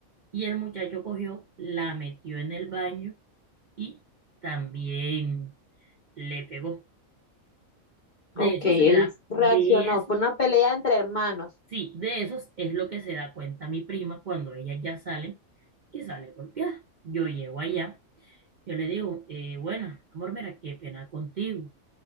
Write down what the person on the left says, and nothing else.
Ok,
él
reaccionó.
Fue una pelea entre hermanos.